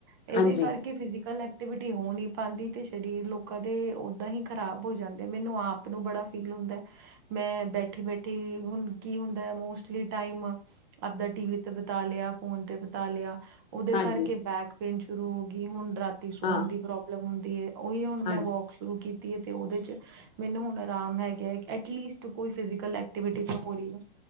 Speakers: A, on the right; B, on the left.
A: ਇਹਦੇ
B: ਹਾਂਜੀ
A: ਕਰਕੇ ਫਿਜ਼ਕਲ ਐਕਟੀਵਿਟੀ ਹੋ ਨਹੀਂੀ ਪਾਉਂਦੀ ਤੇ ਸਰੀਰ ਲੋਕਾਂ ਦੇ ਓਦਾਂ ਹੀ ਖ਼ਰਾਬ ਹੋ ਜਾਂਦੇ ਮੈਨੂੰ ਆਪ ਨੂੰ ਬੜਾ ਫੀਲ ਹੁੰਦਾ ਮੈਂ ਬੈਠੀ ਬੈਠੀ ਹੁਣ ਕੀ ਹੁੰਦਾ ਹੈ ਮੋਸਟਲੀ ਟਮ ਆਪਦਾ ਟੀਵ ਤੇ ਬਿਤਾ ਲਿਆ ਫੋਨ ਤੇ ਬਿਤਾ ਲਿਆ ਉਹਦੇ
B: ਹਾਂਜੀ
A: ਕਰਕੇ ਬੈਕ ਪਣ ਸ਼ੁਰੂ ਹੋ ਗਈ ਹੁਣ ਡਰੱਗ ਸੋਨ
B: ਹਾਂ
A: ਦੀ ਪ੍ਰੋਬਲਮ ਹੁੰਦੀ ਦੀ ਉਹੀ ਹੁਣ ਮੈਂ
B: ਹਾਂਜੀ
A: ਵੋਕ ਸ਼ੁਰੂ ਕੀਤੀ ਤੇ ਉਹਦੇ ਚ ਮੈਨੂੰ ਹੁਣ ਆਰਾਮ ਹੈਗਾ ਹੈ ਐਟਲੀਸਟ ਕੋਈ ਫਿਜ਼ਕਲ ਐਕਟੀਵਿਟੀ ਤਾਂ ਹੋ ਰਹੀ ਹੈ